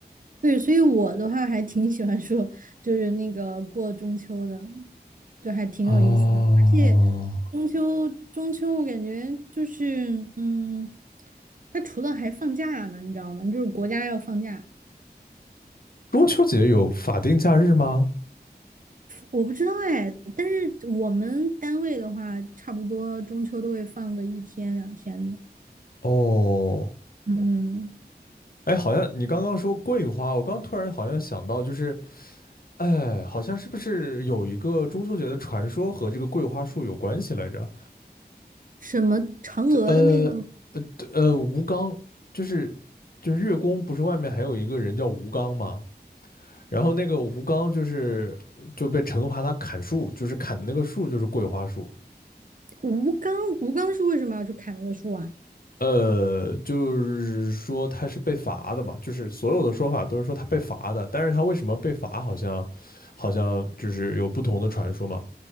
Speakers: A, on the right; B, on the left.
A: 对，所以我的话还挺喜欢说，就是那个过中秋的，就还挺有意思的。
B: 啊。
A: 而且中秋，中秋我感觉就是，嗯，它除了还放假呢，你知道吗？就是国家要放假，
B: 中秋节有法定假日吗？
A: 我不知道哎。但是我们单位的话，差不多中秋都会放个一天两天的。
B: 哦，
A: 嗯，
B: 哎，好像你刚刚说桂花，我刚突然好像想到，就是，哎，好像是不是有一个中秋节的传说和这个桂花树有关系来着？
A: 什么嫦娥的那个
B: 呃呃，吴刚，就是就是月宫不是外面还有一个人叫吴刚吗？然后那个吴刚就是就被惩罚他砍树，就是砍的那个树就是桂花树。
A: 吴刚，吴刚是为什么要去砍那个树啊？
B: 呃，就是说他是被罚的嘛，就是所有的说法都是说他被罚的，但是他为什么被罚，好像好像就是有不同的传说嘛。